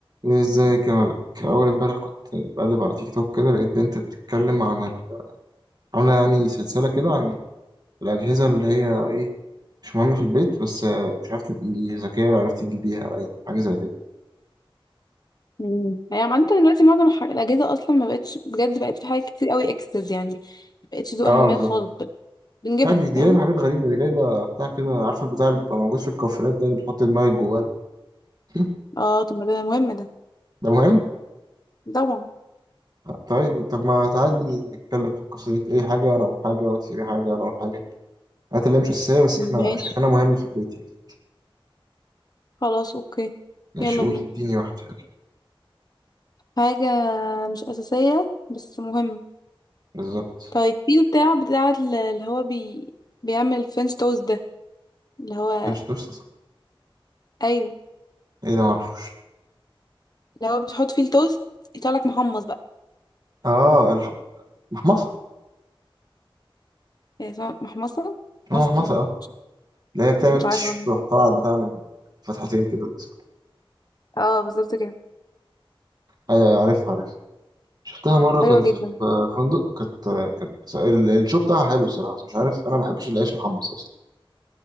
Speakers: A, on the right; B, on the left.
A: ازيك يا ملك اول امبارح كنت بقلب على تيك توك كده لقيت بنت بتتكلم عن ال... عامله يعني سلسله كده عن الاجهزه اللي هي ايه مش مهمه في البيت بس آه، مش عارف تبقي ذكيه لو عرفت تجيبيها باين حاجه زي كده
B: امم يعني عامة دلوقتي معظم الح- الأجهزة أصلا ما بقتش بجد بقت في حاجات كتير قوي إكسس يعني ما بقتش ذوقها
A: اه
B: ما
A: بالظبط
B: خالص بقى. بنجيبها
A: لا، دي دي
B: فاهم
A: جايبه حاجات غريبه دي جايبه بتاع كده عارف البتاع اللي بيبقى موجود في الكوافيرات ده اللي بتحط دماغك جواه ده <laughs>
B: اه طب ما ده مهم ده
A: ده مهم
B: طبعا
A: طيب طب ما تعالي نتكلم في القصه دي تقولي حاجه وانا اقول حاجه وانت تقولي حاجه وانا اقول حاجه الحاجات اللي هي مش اساسيه بس احنا
B: ماشي
A: شايفينها مهمه في البيت يعني
B: خلاص أوكي
A: ماشي
B: يلا
A: قولي
B: بينا
A: اديني واحده
B: حاجة مش أساسية بس مهم
A: بالظبط
B: طيب في بتاع بتاع ال- اللي هو بي... بيعمل الفرنش توست ده اللي هو
A: فينش توست
B: أيوه
A: ايه ده معرفوش
B: اللي هو بتحط فيه التوست يطلع لك محمص بقى
A: اه الح- المحمصه
B: يعني اسمها محمصة
A: اسمها
B: محمصة
A: محمصه
B: ايه
A: اه اللي هي بتعمل
B: مش
A: تش
B: عارفة
A: تروح طالعة بتاع من فتحتين كده الجسم.
B: اه بالظبط كده
A: ايوه أيوة، عارف عارف شفتها مرة
B: حلوة
A: كنت
B: جدا
A: في فندق كانت كان ال- الشو بتاعها حلو الصراحة بس مش عارف أنا ما بحبش العيش محمص أصلا